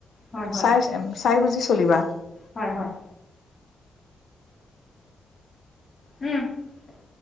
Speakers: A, on the left; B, on the left.
A: হয় হয়
B: চাই চাই বুজিছু চলিবা
A: হয় হয়। উম।